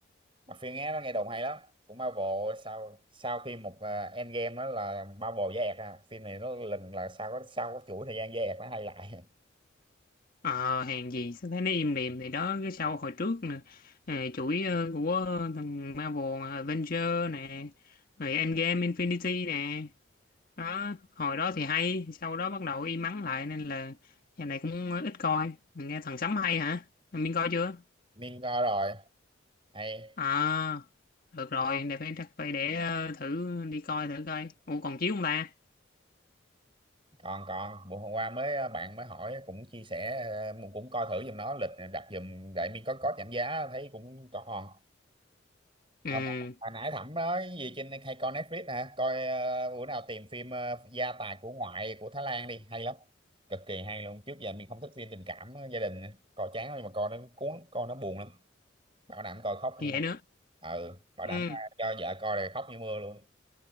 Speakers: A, on the right (about 25°); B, on the left (about 45°).
A: mà phim nghe nó nghe đồn hay lắm cũng Marvel sau sau khi một uh, Endgame đó là Marvel với ẹt à phim này nó lình là sau có sau có chuỗi thời gian với ẹt nó hay lại <laughs>
B: Ờ, hàng gì sao thấy nó im lìm thì đó cái sau hồi trước nè ờ, chuỗi ờ, của thằng Marvel nè, Avenger nè rồi Endgame Infinity nè đó hồi đó thì hay sau đó bắt đầu im ắng lại nên là giờ này cũng ờ, ít coi mình nghe thằng Sấm hay hả mình coi chưa
A: nên coi rồi hay
B: à được rồi để phải chắc phải để ờ, thử đi coi thử coi ủa còn chiếu không ta
A: còn còn bữa hôm qua mới à, bạn mới hỏi cũng chia sẻ ờ, cũng coi thử giùm nó lịch đặt giùm đại miên có có giảm giá thấy cũng còn
B: ừ
A: Ông, hồi nãy Thẩm nói gì trên hay coi Netflix hả? Coi ờ, bữa nào tìm phim ờ, Gia tài của ngoại của Thái Lan đi, hay lắm. Cực kỳ hay luôn. Trước giờ mình không thích phim tình cảm ờ, gia đình, coi chán lắm, nhưng mà coi nó cuốn, coi nó buồn lắm. Bảo đảm coi khóc như
B: vậy
A: mưa.
B: nữa
A: Ừ, bảo
B: ừ
A: đảm ờ, cho vợ coi là khóc như mưa luôn.